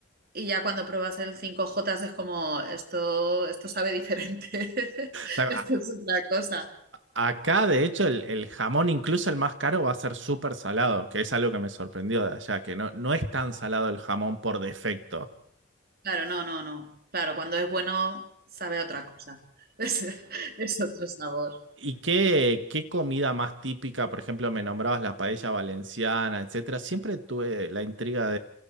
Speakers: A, on the right; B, on the right.
A: Y ya cuando pruebas el cinco j es como, esto, esto sabe diferente, <laughs>
B: sea,
A: esto
B: a-
A: es otra cosa.
B: acá, de hecho, el, el jamón, incluso el más caro, va a ser súper salado, que es algo que me sorprendió de allá, que no, no es tan salado el jamón por defecto.
A: Claro, no, no, no. Claro, cuando es bueno, sabe a otra cosa. <laughs> Es, es otro sabor.
B: ¿Y qué, qué comida más típica? Por ejemplo, me nombrabas la paella valenciana, etcétera. Siempre tuve la intriga